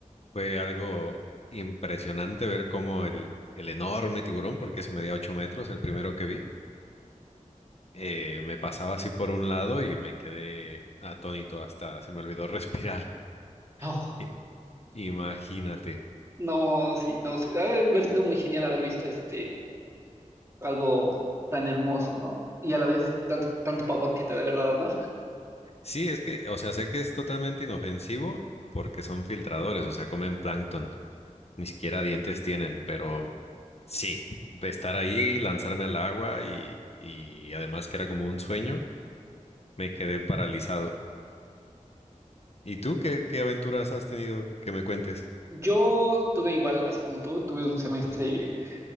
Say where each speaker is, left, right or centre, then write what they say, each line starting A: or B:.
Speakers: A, on the left; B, on the right.
A: Fue algo impresionante ver cómo el, el enorme tiburón, porque eso medía 8 metros, el primero que vi, eh, me pasaba así por un lado y me quedé atónito hasta se me olvidó respirar. <laughs>
B: Oh,
A: I- Imagínate.
B: no, sí, no, sé. ha de haber sido muy genial haber visto, este, algo tan hermoso, ¿no? Y a la vez tanto, tanto pavor que te ha de haber dado, ¿no?
A: Sí, es que, o sea, sé que es totalmente inofensivo porque son filtradores, o sea, comen plancton, ni siquiera dientes tienen, pero sí, de estar ahí, lanzarme al agua y, y además que era como un sueño. me quedé paralizado. ¿Y tú qué, qué aventuras has tenido que me cuentes?
B: Yo tuve igual, así como tú, tuve un semestre